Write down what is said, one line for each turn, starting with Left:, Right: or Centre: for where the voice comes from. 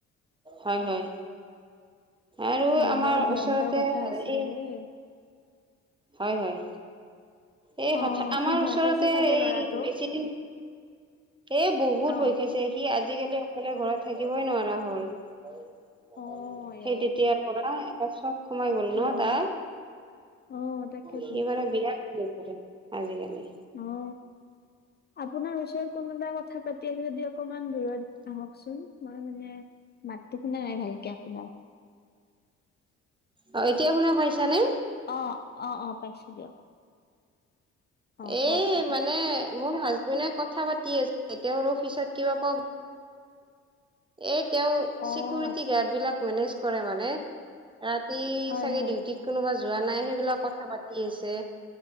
Right: হয় হয়। আৰু
Left: হয়,
Right: আমাৰ
Left: বৰ ভয়ংকৰ
Right: ওচৰতে
Left: কথা আছিল
Right: এই
Left: দেই।
Right: হয় হয় এই
Left: অ',
Right: হঠাৎ আমাৰ
Left: সি ভয়
Right: ওচৰতে
Left: খাইছে চাগে
Right: এই
Left: ল'ৰাটো।
Right: বেছিদিন এ বহুত
Left: অ'।
Right: ভয় খাইছে সি আজিকালি অকলে ঘৰত থাকিবই নোৱাৰা হ'ল। সেই
Left: অ', এ।
Right: তেতিয়াৰ পৰা এটা চব সোমাই গল
Left: হয়,
Right: ন
Left: হয়,
Right: তা
Left: অ', তাকেতো
Right: সি মানে বিৰাত সে কৰে আজিকালি
Left: অ আপোনাৰ ওচৰত কোনোবা কথা পাতি আছো যদি অকমান দূৰত আহকচোন মই মানে ম তখ ন নাই ভালকে আপোনাৰ
Right: অ এতিয়া শুনা পাইছানে।
Left: অ অ অ পাইছো দিয়ক। অ',
Right: এ
Left: কওক এতিয়া।
Right: মানে। মোৰ হাজবেণ্ডে কথা পাতি আছে তেওঁৰ অফিচত কিবা পাব। এই তেওঁ
Left: অ',
Right: চিকিউৰিটি
Left: আচ্ছা,
Right: গাৰ্ড বিলাক মেনেজ কৰে মানে ৰাতি
Left: হয়,
Right: চাগে
Left: হয়,
Right: ডিউটিত কোনোবা যোৱা নাই সেইবিলাক কথা পাতি আছে।